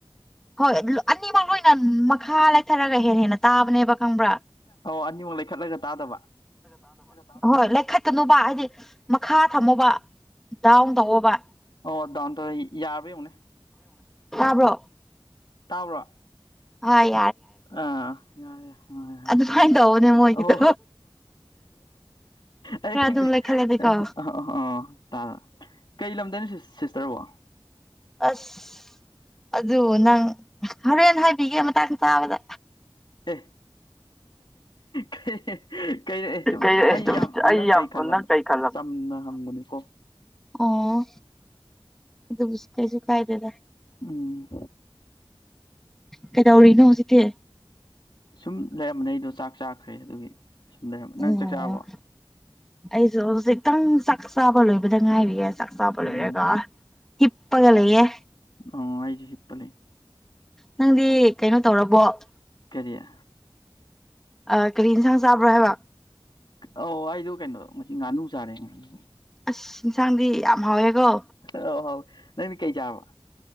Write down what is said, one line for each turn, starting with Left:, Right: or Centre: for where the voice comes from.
Centre: ꯍꯣꯏ ꯑꯅꯤꯃꯛ ꯂꯣꯏꯅ ꯃꯈꯥ ꯂꯩꯊꯔꯒ ꯍꯦꯟꯅ ꯍꯦꯟꯅ ꯇꯥꯕꯅꯦꯕ ꯈꯪꯕ꯭ꯔꯥ
Left: ꯑꯣ ꯑꯅꯤꯃꯨꯛ ꯂꯩꯈꯠꯂꯒ ꯇꯥꯗꯕ ꯇꯥꯗꯕ
Centre: ꯍꯣꯏ ꯂꯩꯈꯠꯇꯅꯨꯕ ꯍꯥꯏꯗꯤ ꯃꯈꯥ ꯊꯝꯃꯣꯕ ꯗꯥꯎꯟ ꯇꯧꯑꯣꯕ
Left: ꯑꯣꯗꯥꯟꯇ ꯌꯥꯔꯕꯎꯅꯦ
Centre: ꯇꯥꯕ꯭ꯔꯣ
Left: ꯇꯥꯕ꯭ꯔꯣ
Centre: ꯍ
Left: ꯑ ꯌꯥꯔꯦ ꯍ ꯍ
Centre: ꯑꯗꯨꯃꯥꯏꯅ ꯇꯧꯕꯅꯦ ꯃꯣꯏꯒꯤꯗꯣ
Left: ꯑꯣ ꯑꯩ
Centre: ꯈꯔ
Left: ꯈꯪꯗꯦ
Centre: ꯑꯗꯨꯝ ꯂꯩꯈꯠꯂꯗꯤꯀꯣ
Left: ꯑ ꯑ ꯇꯥ ꯀꯩ ꯂꯝꯗꯅꯣ ꯁꯤꯁꯇꯔꯔꯕꯣ
Centre: ꯑꯁ ꯑꯗꯨꯕꯨ ꯅꯪ ꯍꯣꯔꯦꯟ ꯍꯥꯏꯕꯤꯒꯦ ꯃꯇꯥꯡ ꯆꯥꯕꯗ
Left: ꯑꯦ ꯀꯩꯔꯛꯑꯦꯨꯝ
Centre: ꯀꯩ
Left: ꯑꯩ ꯌꯥꯝ
Centre: ꯑꯩ
Left: ꯅꯪ
Centre: ꯌꯥꯝ
Left: ꯀꯩ ꯈꯜꯂꯝ
Centre: ꯅꯪ ꯀꯩ ꯈꯜꯂꯕ
Left: ꯆꯝꯅ ꯍꯪꯕꯅꯤꯀꯣ
Centre: ꯑꯣ ꯑꯗꯨꯕꯨꯁꯨ ꯀꯩꯁꯨ ꯀꯥꯏꯗꯦꯗ
Left: ꯎꯝ
Centre: ꯀꯩꯗꯧꯔꯤꯅꯣ ꯍꯧꯖꯤꯛꯇꯤ
Left: ꯁꯨꯝ ꯂꯩꯔꯝꯕꯅꯦ ꯑꯩꯗꯣ ꯆꯥꯛ ꯆꯥꯈ꯭ꯔꯦ ꯑꯗꯨꯒꯤ ꯁꯨꯝ ꯂꯩꯔꯝꯕ ꯅꯪ
Centre: ꯑꯣ
Left: ꯆꯥꯛ ꯆꯥꯔꯕꯣ
Centre: ꯑꯩꯁꯨ ꯍꯧꯖꯤꯛꯇꯪ ꯆꯥꯛ ꯆꯥꯕ ꯂꯣꯏꯕꯗ ꯉꯥꯏꯔꯤꯌꯦꯦ ꯆꯥꯛ ꯆꯥꯕ
Left: ꯎꯝ
Centre: ꯂꯣꯏꯔꯒ ꯏꯄꯒꯂꯌꯦꯦ
Left: ꯑ ꯑꯩꯁꯨ ꯍꯄ ꯂꯩ
Centre: ꯅꯪꯗꯤ ꯀꯩꯅꯣ ꯇꯧꯔꯕꯣ
Left: ꯀꯔꯤꯌꯥ
Centre: ꯑ ꯀꯔꯤ ꯏꯟꯁꯥꯡ ꯆꯥꯕ꯭ꯔꯣ ꯍꯥꯏꯕ
Left: ꯑꯧ ꯑꯩꯗꯣ ꯀꯩꯅꯣꯗꯣ ꯉ ꯉꯥꯅꯨ ꯆꯥꯔꯦ ꯉꯥꯅꯨ
Centre: ꯑꯁ ꯏꯟꯁꯥꯡꯗꯤ ꯌꯥꯝ ꯍꯥꯎꯋꯦꯀꯣ
Left: ꯍ ꯍꯥꯎ ꯅꯣꯏꯃꯤꯠ ꯀꯩ ꯆꯥꯕ